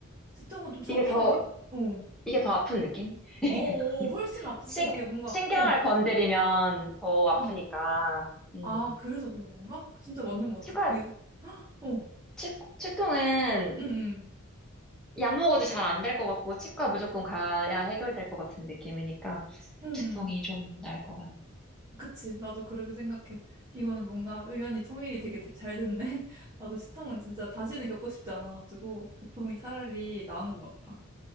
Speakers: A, on the right; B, in the centre.
A: 치통은 좀 참기가
B: 이게 더,
A: 힘, 어.
B: 이게 더 아픈 느낌? <laughs>
A: 어어어, 훨씬 아프고
B: 신,
A: 그게 뭔가,
B: 신경을
A: 어.
B: 건드리면 더 아프니까,
A: 아,
B: 음,
A: 아, 그래서 그런 건가? 진짜 맞는 것
B: 치과,
A: 같아. 그게, 어, 응,
B: 치, 치통은
A: 응,
B: 약 먹어도 잘 안될 것 같고, 치과 무조건 가야 해결될 것 같은 느낌이니까,
A: 응. 응.
B: 치통이 좀 날 것 같네.
A: 그치. 나도 그렇게 생각해. 이거는 뭔가 의견이 통일이 되게 되- 잘 됐네. <laughs> 나도 시통은 진짜 다시는 겪고 싶지 않아가지고, 두통이 차라리 나은 것 같아.